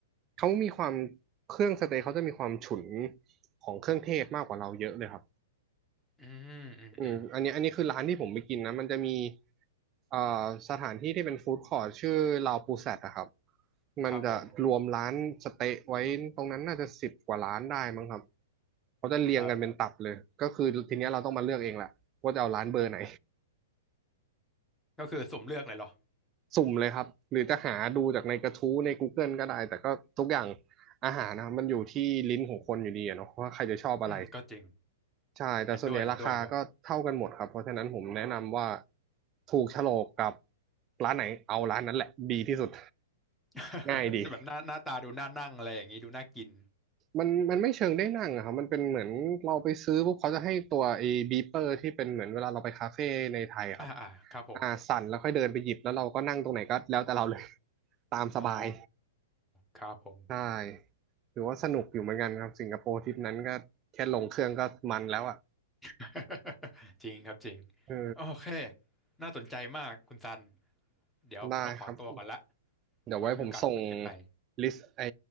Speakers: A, on the right; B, in the centre.
A: เขามีความเครื่องสเต็กเขาจะมีความฉุนของเครื่องเทศมากกว่าเราเยอะเลยครับ
B: อืมอืมอืม
A: อืมอันนี้อันนี้คือร้านที่ผมไปกินนะมันจะมีเอ่อสถานที่ที่เป็นฟู้ดคอร์ทชื่อลาวปูแซดนะครับมันจะรวมร้านสเต๊ะไว้ตรงนั้นน่าจะสิบกว่าร้านได้มั้งครับ
B: ครับผม
A: เขาจะเรียงกันเป็นตับเลยก็คือทีเนี้ยเราต้องมาเลือกเองแหละว่าจะเอาร้านเบอร์ไหน
B: ครับก็คือสุ่มเลือกเลยเหรอ
A: สุ่มเลยครับ หรือจะหาดูจากในกระทู้ใน Google ก็ได้ แต่ก็ทุกอย่างอาหารนะครับมันอยู่ที่ลิ้นของคนอยู่ดีอะเนาะว่าใครจะชอบอะไร
B: อืมก็จริง
A: ใช่ แต่ส่วนใหญ่ราคาก็เท่ากันหมดครับ
B: เห็นด้วยเห็นด้วยครับ
A: เพราะฉะนั้นผมแนะนำว่าถูกโฉลกกับร้านไหนเอาร้านนั้นแหละดีที่สุด
B: <laughs>
A: ง่ายดี
B: แบบหน้าหน้าตาดูน่านั่งอะไรอย่างงี้ดูน่ากิน
A: มันมันไม่เชิงได้นั่งอะครับ มันเป็นเหมือนเราไปซื้อปุ๊บเขาจะให้ตัวไอ้บีเปอร์ที่เป็นเหมือนเวลาเราไปคาเฟ่ในไทยอะครับ
B: อ่าอ่าครับผม
A: อ่าสั่นแล้วค่อยเดินไปหยิบแล้วเราก็นั่งตรงไหนก็แล้วแต่เราเลย <laughs> ตามสบาย
B: อ๋อ ครับผม
A: ใช่ถือว่าสนุกอยู่เหมือนกันครับ สิงคโปร์ทริปนั้นก็แค่ลงเครื่องก็มันแล้วอ่ะ
B: <laughs> จริงครับจริง
A: เออ
B: โอเค น่าสนใจมากคุณซัน เดี๋ยวผมต้องขอตัวก่อนละ
A: ได้ครับ เดี๋ยวไว้ผมส่ง
B: ไว้มีโอกาสคุยกันใหม่
A: ลิสต์ไอ้